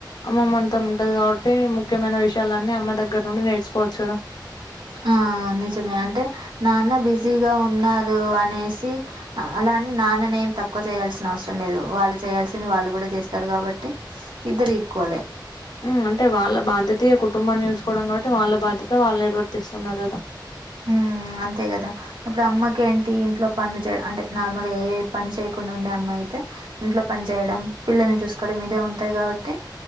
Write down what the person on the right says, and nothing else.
ఆ నిజమే అంటే నాన్న బిజీగా ఉన్నారు అనేసి ఆ గాని నాన్ననే ఏం తక్కువ చేయాల్సిన అవసరం లేదు వాళ్ళు చేయాల్సింది వాళ్ళు కూడా చేస్తారు కాబట్టి ఇద్దరు ఈక్వల్ ఎ
ఉమ్ అంతే కదా ఇప్పుడు అమ్మకు ఏంటి ఇంట్లో పనులు చేయడం అంటే నార్మల్ గా ఏ పని చేయకుండా ఉండే అమ్మాయి అయితే ఇంట్లో పని చేయడం పిల్లల్ని చూసుకోవడం మీదే ఉంటాంది కాబట్టి